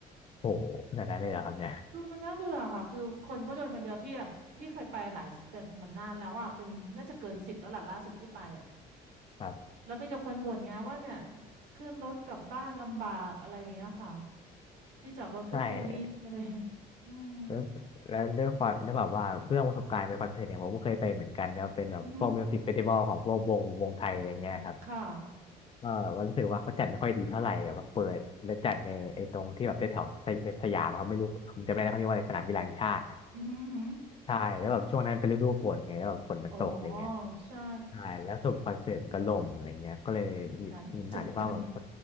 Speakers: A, on the left; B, on the right.
A: โอ้โหขนาดนั้นเลยเหรอครับเนี่ย
B: คือมันน่าเบื่อค่ะคือคนเขาโดนกันเยอะพี่อ่ะพี่เคยไปหลายเป็นมันนานแล้วอ่ะเป็นน่าจะเกินสิบแล้วล่ะล่าสุดที่ไปอ่ะ
A: ครับ
B: แล้วมีแต่คนบ่นไงว่าเนี่ยขึ้นรถกลับบ้านลำบากอะไรอย่างเงี้ยค่ะ ที่จอดรถก็ไม่มีอะไร
A: ใช่
B: อืม
A: แล้วแล้วด้วยความด้วยแบบว่าเรื่องประสบการณ์ไปคอนเสิร์ตเนี่ยผมก็เคยไปเหมือนกันแล้วเป็นแบบพวกมิวสิกเฟสติวัลของพวกวงวงไทยอะไรเงี้ยครับ
B: อือหือค่ะ
A: ก็แบบว่ารู้สึกว่าเขาจัดไม่ค่อยดีเท่าไหร่แบบเปิดแล้วจัดในไอ้ตรงที่แบบแถวๆสยสยามอะครับไม่รู้ผมจำไม่ได้เขาเรียกว่าอะไรสนามกีฬาแห่งชาตินะ
B: อือหืออือหือ
A: ใช่แล้วแบบช่วงนั้นเป็นฤดูฝนไงแล้วแบบฝนมันตกอะไรเงี้ย
B: อ๋อใช่
A: ใช่แล้วสรุปคอนเสิร์ตมันก็ล่มอะไรเงี้ยก็เลยมีมีปัญหาที่ว่าแบบ
B: จบกัน <laughs> จบกัน